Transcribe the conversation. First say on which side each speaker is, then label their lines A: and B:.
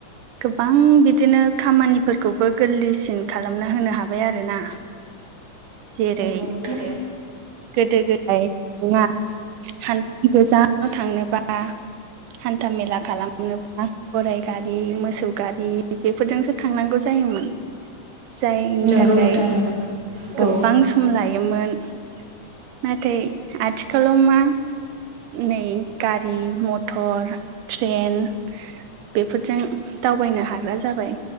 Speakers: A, on the right (about 80°); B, on the right (about 60°).
A: गोबां बिदिनो खामानिफोरखौबो गोरलैसिन खालामना होनो हाबाय आरोना <inaudible> जेरै
B: नंगौ नंगौ
A: गोदो गोदाय ना खान गोजा थांनोबा हान्था मेला खालामनोबा गराइ गारि मोसौ गारि बेफोरजोंसो थांनांगौ जायोमोन जायनि
B: नंगौ
A: थाखाय
B: नोंथां नंगौ
A: गोबां
B: औ
A: सम लायोमोन नाथाय आथिखालाव मा नै गारि मथर ट्रेन बेफोरजों दावबायनो हाग्रा जाबाय